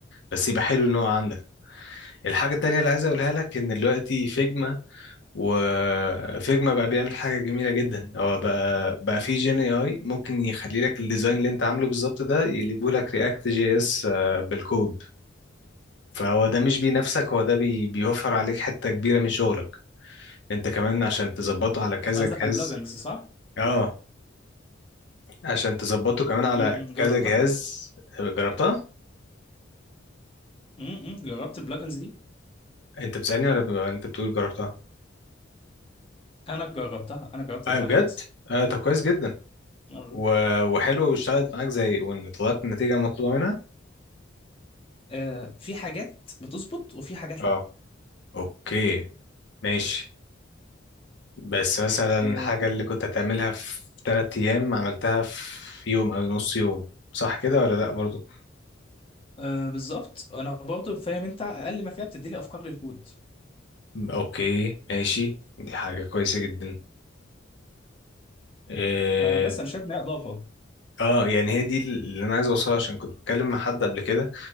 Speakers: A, on the left; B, on the left.
A: بس يبقى حلو ان هو عندك الحاجة التانية اللي عايز أقولها لك إن دلوقتي فيجما وفيجما بقى بيعمل حاجة جميلة جدا هو بقى بقى في جين اي اي ممكن يخلي لك الديزاين اللي انت عامله بالظبط ده يقلبه لك رياكت جي اس بالكود فهو ده مش بينافسك هو ده بي بيوفر عليك حتة كبيرة من شغلك انت كمان عشان تظبطه على كذا
B: انت قصدك
A: جهاز
B: على البلجنز صح؟
A: اه عشان تظبطه كمان على
B: م- م، جربتها
A: كذا جهاز جربتها
B: م- م، جربت البلجنز دي
A: انت بتسألني ولا ب- انت بتقول جربتها
B: انا جربتها انا جربت
A: اه
B: البلجنز
A: بجد اه طب كويس جدا
B: آه.
A: و- وحلوة واشتغلت معاك زي وان طلعت النتيجة المطلوبة منها
B: آه، في حاجات بتظبط وفي حاجات
A: اه
B: لا
A: اوكي ماشي بس مثلا
B: آه،
A: الحاجة اللي كنت هتعملها في تلات ايام عملتها في يوم او نص يوم صح كده ولا لا برضو
B: آه، بالظبط انا برضه فاهم انت اقل ما فيها بتدي لي افكار للكود
A: اوكي ماشي دي حاجة كويسة جدا اه
B: فبس انا شايف ان هي اضافه
A: آه، يعني هي دي اللي انا عايز اوصلها عشان كنت بتكلم مع حد قبل كده